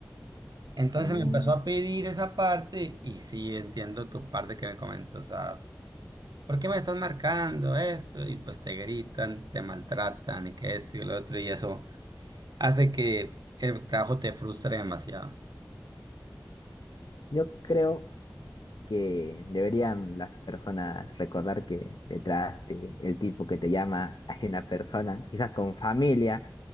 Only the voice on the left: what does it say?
Mm,
yo creo que deberían las personas recordar que detrás de el tipo que te llama hay una persona, quizás con familia